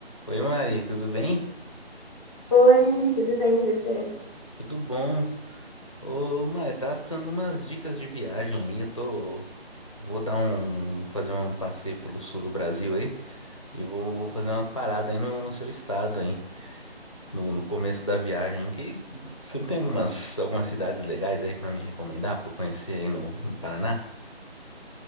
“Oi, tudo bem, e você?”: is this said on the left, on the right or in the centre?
Centre